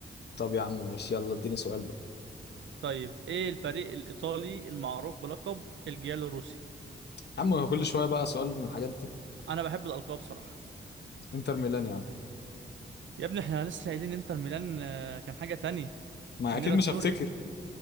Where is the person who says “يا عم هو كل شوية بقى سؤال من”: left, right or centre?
Left